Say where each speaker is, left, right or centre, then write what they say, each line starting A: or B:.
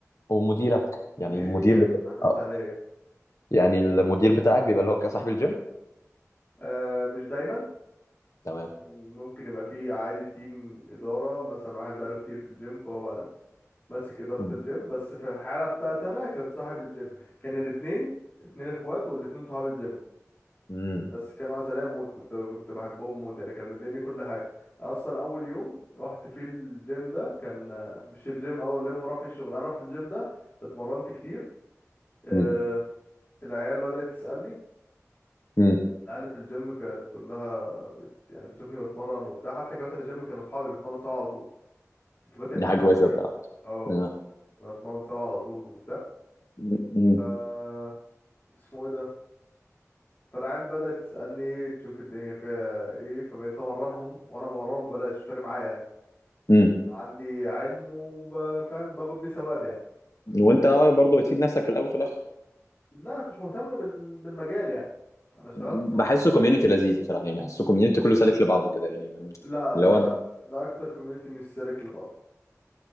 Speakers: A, on the left; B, on the left.
A: ومديرك
B: مديري
A: يعني المدير
B: كان
A: بتاعك
B: عسلية
A: آه. يعني المدير بتاعك بيبقى اللي هو صاحب الجيم
B: آه مش دايما
A: تمام
B: ممكن يبقى فيه عادي تيم إدارة مثلا واحد بقاله كتير في الجيم فهو بقى ماسك إدارة
A: مم.
B: الجيم بس في الحالة بتاعت أنا كان صاحب الجيم كان الاتنين اتنين اخوات والاتنين صحاب الجيم
A: مم.
B: بس كانوا عسلية موت كنت كنت بحبهم موت يعني كان مديني كل حاجة أصلا أول يوم رحت فيه الجيم ده كان مش الجيم أول يوم راح فيه الشغل أنا رحت الجيم ده اتمرنت كتير آه،
A: مم.
B: العيال بدأت تسألني
A: مم.
B: العيال في الجيم كانت كلها بت... يعني بتشوفني بتمرن وبتاع حتى كباتن الجيم كانوا صحابي بنتمرن سوا على طول الكباتن
A: دي
B: اللي
A: حاجة
B: شغالين
A: كويسة بصراحة
B: اه
A: آه.
B: بنتمرن سوا على طول
A: مم. مم.
B: وبتاع اسمه ايه ده فالعيال بدأت تسألني تشوف الدنيا فيها ايه فبقيت امرنهم وانا بمرنهم ببلاش مش فارق معايا يعني
A: مم.
B: عندي علم وبفهم باخد بيه ثواب يعني
A: وانت برضو بتفيد نفسك في الاول وفي الاخر
B: لا انا مش مهتم بال... بالمجال يعني انا اشتغلت
A: مم.
B: صدفة
A: بحسه
B: يعني.
A: كوميونتي لذيذ بصراحة يعني بحسه كوميونتي كله سالك لبعضه كده يعني
B: لا
A: اللي
B: لا
A: هو
B: ده
A: انت-
B: ده اكتر كوميونتي مش سالك لبعضه